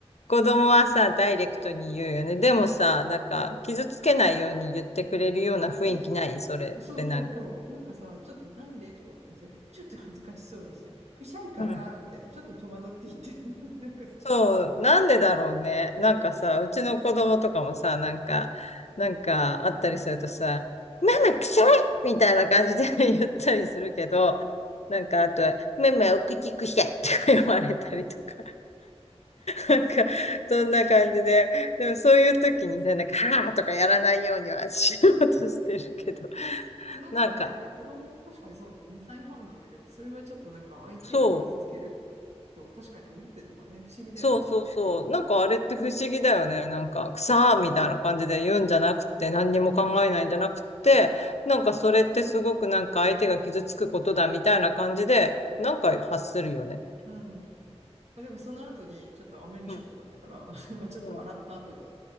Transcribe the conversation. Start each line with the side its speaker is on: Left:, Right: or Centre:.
Left: 子供はさ、ダイレクトに言うよね。でもさ、なんか、傷つけないように言ってくれるような雰囲気ないそれってなんか。
Right: <laughs> そうそうそう。なんかさ、ちょっとなんでとか言ったりして、ちょっと恥ずかしそうにして、くしゃいから、
Left: うん。
Right: みたいな、ちょっと戸惑って言ってて、<laughs> なんかさ、
Left: そう、なんでだろうね。なんかさ、うちの子供とかもさ、なんか、なんかあったりするとさ、ママ臭いみたいな感じで <laughs> 言ったりするけど、なんかあとは、ママお口臭いとか言われたりとか。なんか、そんな感じで。でもそういう時にね、なんか、はぁとかやらないようにはしようとしてるけど。
Right: まあなんかあれだよね、
Left: なんか、
Right: 子供、確かにそうね、2歳半なんだけど、それはちょっとなんか相手を傷つける
Left: そう、
Right: と確かに思ってんのかね、不思議だよね。
Left: そうそうそう。なんかあれって不思議だよね。なんか、くさーみたいな感じで言うんじゃなくて、何にも考えないんじゃなくて、なんかそれってすごくなんか相手が傷つくことだみたいな感じで、なんか発するよね。
Right: うん。まあ、でもその後に、ちょっとあまりにショックだったから、
Left: うん、
Right: <laughs> まあちょっと笑った後に、
Left: うん、